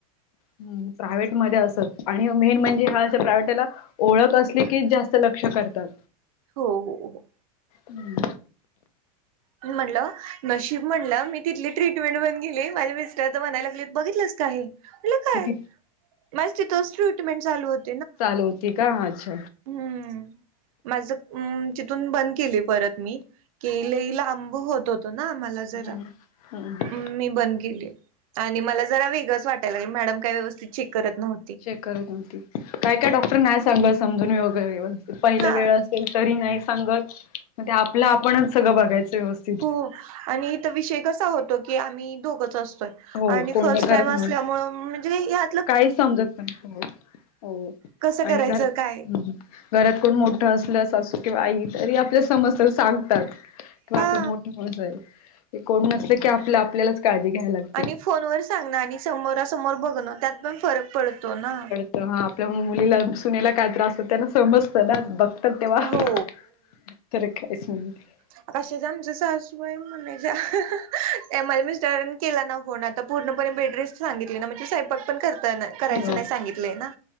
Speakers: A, on the left; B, on the right.
A: प्रायव्हेट मध्ये असच आणि मेन म्हणजे ह्या प्रायव्हेटला ओळख असली की जास्त लक्ष करतात.
B: हो हो हो.
A: हम्म.
B: म्हणलं नशीब म्हणलं मी तीथली ट्रीटमेंट बंद केली माझे मिस्टर तर म्हणाय लागले बघितलंस का हे मला काय
A: ती
B: माझं तिथच ट्रीटमेंट चालू होत
A: चालू होती का माच्छ?
B: हम्म माझं अम तिथून बंद केले परत मी की लई ला बघू होत होतो ना मला जरा
A: हम्म
B: मी बंद केली आणि मला जरा वेगळच वाटय लागलं मॅडम काय व्यवस्थित चेक करत नव्ह
A: चेक करत नव्हती काय काय डॉक्टर नाही सांगा समजून वगैरे पहिला
B: हा.
A: वेळस तेन तरी नाही सांगत म ते आपलं आपणच सगळं बघायच व्यवस्थ
B: हो आणि इथं विषय कसा होतो की आम्ही दोघच असतोय.
A: हो
B: आणि
A: कोण
B: फर्स्ट
A: नाही करत
B: टाईम असल्यामुळे
A: म्हणून
B: म्हणजे काही या
A: काही समजत पण हो हो
B: कसं करायचं
A: आणि घरं
B: काय
A: घरात कोण मोठं असलं सासू किंवा आई तरी आपल्या समस्या सांगतात. किंवा
B: हा
A: आपलं मोठे होऊन जाईल कोण ते नसले की आपल्या आपल्यालाच काळजी घ्यायला लाग
B: आणि फोन वर सांगण आणि समोरासमोर बघणं त्यात पण फरक पडतो ना.
A: तर हा आपल्या मुलीला सुनेला काय त्रास होत त्यांना समजतं ना बघ पण तेव्हा.
B: हो
A: <unintelligible>
B: <unintelligible> आमचे सासू बाई म्हणच्या ए माझ्या मिस्टरानी केला ना फोन आता पूर्णपणे बेडरेस्ट सांगितली ना म्हणे सा पण करता ना करायच
A: हो
B: नाही सांगितलं ना